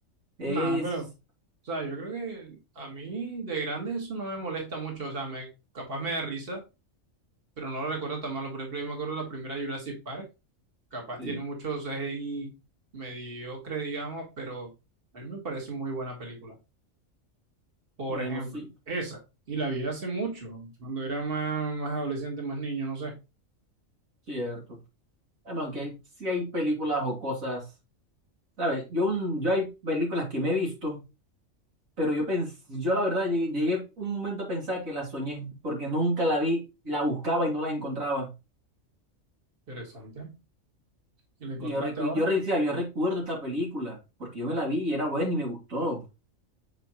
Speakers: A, on the right (about 80°); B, on the right (about 45°).
A: Es.
B: Nada, pero, o sea, yo creo que a mí de grande eso no me molesta mucho, o sea, me, capaz me da risa, pero no lo recuerdo tan malo. Por ejemplo, yo me acuerdo de la primera Jurassic Park, capaz
A: Sí,
B: tiene muchos CGI mediocre, digamos, pero a mí me parece muy buena película. Por
A: bueno,
B: ejemplo,
A: sí,
B: esa, y la vi hace mucho, cuando era más, más adolescente, más niño, no sé.
A: cierto. Bueno, aunque sí hay películas o cosas, ¿sabes? Yo, un- yo hay películas que me he visto. Pero yo pens yo la verdad llegué, llegué un momento a pensar que la soñé, porque nunca la vi, la buscaba y no la encontraba.
B: Interesante. ¿Y la encontraste
A: Y yo, recu-
B: ahora?
A: yo re- decía, yo recuerdo esta película, porque yo me la vi y era buena y me gustó.